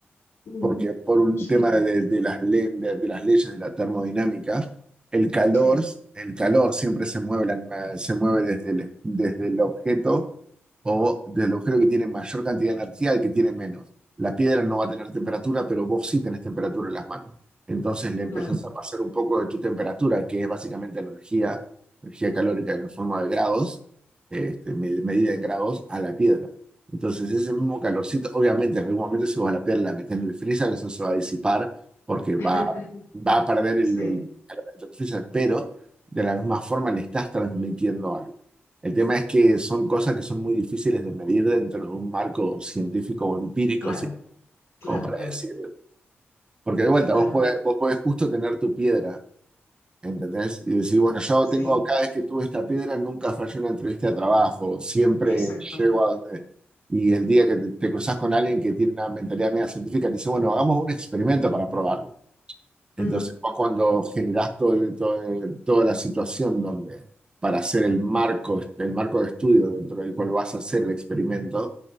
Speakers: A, on the left (about 85°); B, on the right (about 20°).
A: ujú,
B: porque por un
A: sí,
B: tema de, de las, le- de, de las leyes de la termodinámica, el calor,
A: sí,
B: el calor siempre se mueve, la- se mueve desde el, desde el objeto o del agujero que tiene mayor cantidad de energía al que tiene menos. La piedra no va a tener temperatura, pero vos sí tenés temperatura en las manos. Entonces le empezás
A: claro,
B: a pasar un poco de tu temperatura, que es básicamente la energía, energía calórica en forma de grados, este, me- medida en grados, a la piedra. Entonces ese mismo calorcito, obviamente en algún momento si vos a la piedra la metés en el freezer, eso se va a disipar porque va,
A: <laughs>
B: va a perder el,
A: sí,
B: el calor dentro del freezer, pero de la misma forma le estás transmitiendo algo. El tema es que son cosas que son muy difíciles de medir dentro de un marco científico o empírico,
A: claro,
B: sí,
A: claro,
B: como para
A: claro,
B: decir. Porque de vuelta,
A: claro,
B: vos podés, vos podés justo tener tu piedra, ¿entendés? Y decir, bueno, yo
A: sí,
B: tengo, cada vez que tuve esta piedra, nunca fallé una entrevista de trabajo, siempre
A: exacto,
B: llego a donde... Y el día que te, te cruzas con alguien que tiene una mentalidad media científica, te dice, bueno, hagamos un experimento para probarlo. Entonces
A: ujú,
B: fue cuando generas todo el- todo el- toda la situación donde para hacer el marco, el marco de estudio dentro del cual vas a hacer el experimento